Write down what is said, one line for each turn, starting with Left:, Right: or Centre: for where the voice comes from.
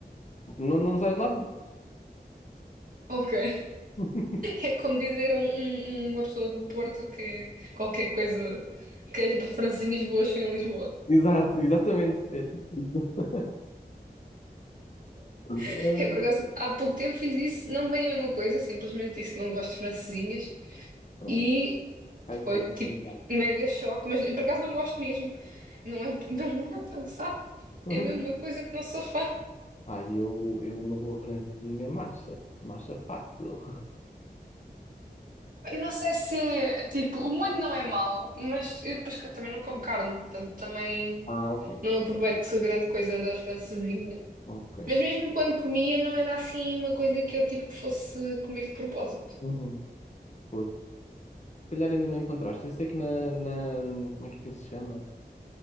Left: Não, não sais lá.
Right: Ok. <laughs>
Left: <laughs>
Right: É como dizer a um- um- uma pessoa do Porto que qualquer coisa, que as francesinhas boas são em Lisboa.
Left: Exato, exatamente. É tipo isso. Pronto,
Right: <laughs>
Left: ah,
Right: Eu, por acaso, há pouco tempo fiz isso, não bem a mesma coisa, simplesmente disse que não gosto de francesinhas
Left: pronto.
Right: e
Left: Aí está
Right: foi
Left: muito
Right: tipo
Left: obrigado.
Right: um mega choque. Mas por acaso não gosto mesmo, não é, <laughs> não é para gozar,
Left: <laughs>
Right: é a mesma coisa que não sou fã.
Left: Aí eu, eu uma boa francesinha, massa massa fácil.
Right: Eu não sei se é, tipo, o molho não é mau, mas eu depois que eu também não como carne, portanto também.
Left: Ah, ok.
Right: Não aproveito grande coisa da francesinha.
Left: Ok.
Right: Mas mesmo quando comia, não era assim uma coisa que eu tipo fosse comer de propósito.
Left: Uhum. Pois. Se calhar ainda não encontraste. Eu sei que na, na- como é que aquilo se chama?